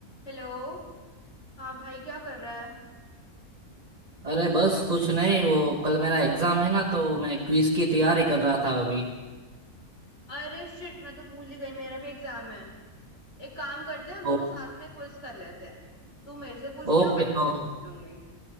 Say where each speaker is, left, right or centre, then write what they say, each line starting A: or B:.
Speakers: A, on the left; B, on the right.
A: Hello हाँ भाई क्या कर रहा है
B: अरे बस कुछ नहीं वो कल मेरा एग्जाम है ना तो मैं क्विज की तैयारी कर रहा था अभी
A: अरे शिट मैं तो भूल ही गई मेरा भी एग्जाम है एक काम करते हैं हम
B: तो
A: दोनों साथ में क्विज कर लेते हैं तू मेरे से पूछ लियो
B: ओके
A: मैं तेरे
B: तो
A: से पूछ लूंगी